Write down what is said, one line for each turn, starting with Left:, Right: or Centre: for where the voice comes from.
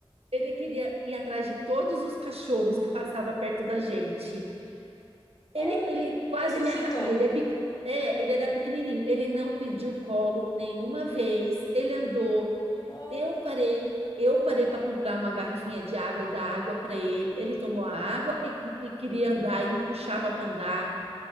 Right: Ele queria ir atrás de todos os cachorros que passava perto da gente. Ele,
Left: Olha,
Right: ele quase
Left: ressuscitou.
Right: me arra... e ele é, pequ- é, ele era pequenininho. Ele não pediu colo nenhuma vez. Ele andou.
Left: Oh,
Right: Eu parei. Eu parei para comprar uma garrafinha de água e dar água para ele. Ele tomou a água e, cu- e queria andar e me puxava para andar.